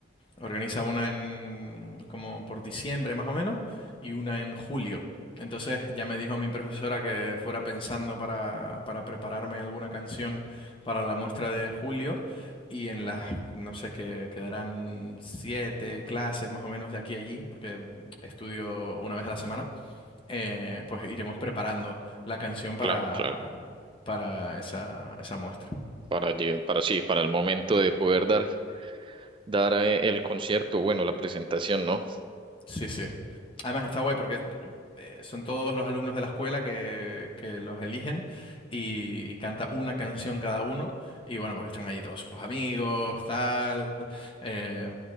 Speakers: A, on the left; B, on the right.
A: Organiza una en como por diciembre más o menos y una en julio. Entonces ya me dijo mi profesora que fuera pensando para, para prepararme alguna canción para la muestra de julio y en las, no sé, que quedarán siete clases más o menos de aquí a allí, porque estudio una vez a la semana, eh, pues iremos preparando la canción para,
B: claro, claro.
A: para esa, esa muestra.
B: Para, lle- para sí, para el momento de poder dar, dar eh, el concierto, bueno, la presentación, ¿no?
A: Sí, sí. Además está guay porque eh, son todos los alumnos de la escuela que, que los eligen y, y canta una canción cada uno y bueno, pues están ahí todos sus amigos, tal. Eh,